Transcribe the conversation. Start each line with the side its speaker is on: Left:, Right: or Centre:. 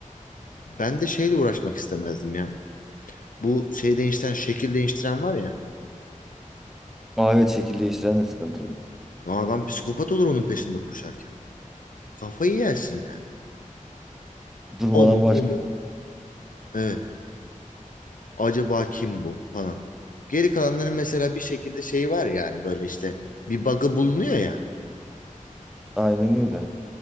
Left: Ben de şeyle uğraşmak istemezdim ya. Bu şey değiştiren, şekil değiştiren var ya.
Centre: Aa, evet şekil değiştiren de sıkıntılı.
Left: Adam psikopat olur onun peşinde koşarken. Kafayı yersin yani.
Centre: Durmadan
Left: O mu,
Centre: başka.
Left: o mu? Evet. Acaba kim bu falan. Geri kalanların mesela bir şekilde şeyi var yani böyle işte bir bug'ı bulunuyor ya.
Centre: Aynen öyle.